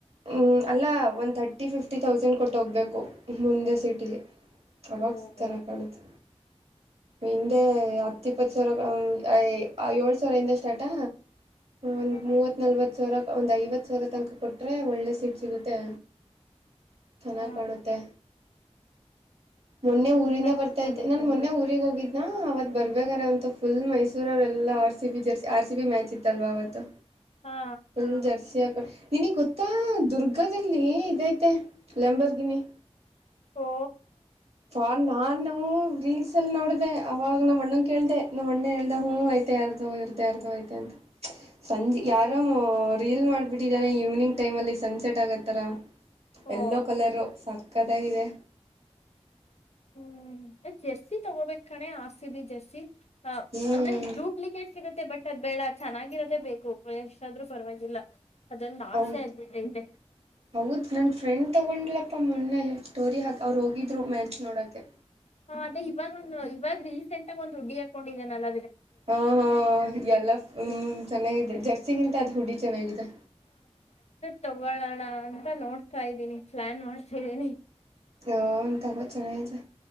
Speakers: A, on the right; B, on the left.
A: ಹ್ಮ ಅಲ್ಲ ಒಂದು ಥರ್ಟಿ ಫಿಫ್ಟಿ ಥೌಸಂಡ್ ಕೊಟ್ಟು ಹೋಗ್ಬೇಕು ಮುಂದೆ ಸೀಟಿಗೆ ಅವವಾಗಸ್ತನ
B: ಹ್ಮ
A: ಕಾಣುತ್ತ ಹಿಂದೆ ಹತ್ತ ಇಪ್ಪತ್ತು ಸಾವಿರ ಹ್ಮ್ ಐ ಏಳು ಸಾವಿರ ಹಿಂದ ಸ್ಟಾರ್ಟಾ ಒ್
B: ಹ್ಮ್
A: ಮೂವತ್ ನಲ್ವತ್ ಸಾವಿರ ಒಂದು ಐವತ್ತು ಸರ ತನಕ ಕೊಟ್ಟರೆೆ ಒಳ್ಳೆ ಸೀಟ್ ಸಿಗುತ್ತೆ ಚೆನ್ನಾಗಿ
B: ಹ
A: ಕಾಣುತ್ತೆ ಮೊನ್ನೆ
B: ಮುಂದೆ
A: ಊರಿಂದ
B: ಕುತ್ಕೋಬೇಕಂದ್ರೆ
A: ಬರ್ತಾ ಇದ್ದೆ ನನ್ ಮೊನ್ನೆ ಊ ನಾ ಅವತ್ ಬರ್ಬೇಕಾರೆ ಅಂತ ಫುಲ್ ಮೈಸೂರ ಅವರೆ ಎಲ್ಲ R C B jersey R C B match ಇತ್ತಲ್ವ ಅವತ್ತು
B: ಹಾ
A: ಹ ಜರ್ಸಿಯಕ ನಿನಗ್ ಗೊತ್ತಾ ದುರ್ಗಾದದಲ್ಲಿ ಇದೈತೆ ಲಂಂಬರ್ಗೆನ್ನಿ
B: ಓ
A: ಫನ್ ನಾ ನೋ ವೀಲ್ ಲ್ಲಿ ನೋಡ್ದೆ ಅವಾಗ ನಮ್ಮ್ ಅಣ್ಣನ್ ಕೇಳ್ದೆ ನಮ್ಮ ಅಣ್ಣೆ ಹೇಳ್ದ ಹ್ಮ್ ಐತೆ ಯಾರ್ದೋ ಇವರ್ದ್ ಯಾರ್ದೋ ಐತೆ ಅಂತ ಚ್ ಸಂಜೆ
B: ಓ
A: ಯಾರೋ ರೀಲ್ ಮಾಡ್ಬಿಟ್ಟಿದಾರೆ ಈವ್ನಿಂಗ್ ಟೈಮ್ ಅಲ್ಲಿ ಸನ್ಸೆಟ್ ಆಗತ್ತಾರ
B: ಓ
A: ಎಲ್ಲೋ ಕಲರ್ ಸಾಕ್ತ ಕಥಾಗಿದೆ
B: ಹ್ಮ್ ಜರ್ಸಿ ತಗೋಬೇಕ ಕಣೆ ಆಸಿ ಬಿ ಜರ್ಸಿ ಹ
A: ಹ್ಮ್
B: ಅಂದ್ರೆ ಡೂಪ್ಲಿಕೇಟ್ ಸಿಗುತ್ತೆ ಮತ್ತೆ ಬಟ್ ಅದ್ ಬೇಡ ಚೆನ್ನಾಗಿರೋದೇ ಬೇಕು ಎಷ್ಟಾದ್ರೂ ಪರವಾಗಿಲ್ಲ ಅದೊಂದು
A: ಹೌದ್
B: ಆಸೆ ಆಗ್ಬಿಟ್ಟೈತೆ
A: ಹೌದ್ ನನ್ ಫ್ರೆಂಡ್ ತಗೊಂಡ್ಲ ಪಪ ಮೊನ್ನೆ ಸ್ಟೋರಿ ಹಾಕ ಅವ್ರು ಹೋಗಿದ್ರು ಮ್ಯಾಚ್ ನೋಡಕೆ
B: ಹಾ ಅದೇ ಇವಾಗ ಒಂದು ಇವಾಗ ರೀಸೆಂಟ್ ಆಗ ಒಂದ್ ಹುಡಿಿಯ ಆತ ೊಂಡಲ್ಲ
A: ಹಾ ಹಾ ಎಲ್ಲ ಹ್ಮ್ ಚೆನ್ನಾಗಿದೆ ಜರ್ಸಿಗಿಂತ ಅದು್ ಹುಡಿ ಚೆನ್ನಾಗಿದೆ
B: ತಗಳೋಣ ಅಂತ ನೋಡ್ತಾ ಇದ್ದೀನಿ ಪ್ಲಾನ್ ಮಾಡ್ತಿದ್ದೀನಿ
A: ಹ ಇಂತಪ್ಪ ಚೆನ್ನತೆ